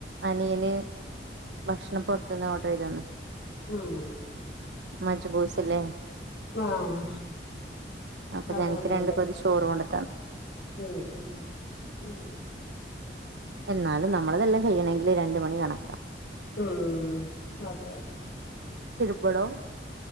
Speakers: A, on the right; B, on the left.
A: അനിയന് ഭക്ഷണം പുറത്തന്ന് ഓർഡർ ചെയ്ത് തന്നു
B: ഉം
A: മജ്ബൂസ് ഇല്ലേ
B: ആഹ്
A: അപ്പൊ
B: അതോടെ
A: ഞങ്ങക്ക് രണ്ടു
B: അതെ
A: പൊതി ചോറ് കൊണ്ട
B: ഉം ഉം
A: എന്നാലും നമ്മളതെല്ലാം കഴിയണമെങ്കില് രണ്ട് മണി കണക്ക
B: ഉം അതെ
A: ഇവിടോ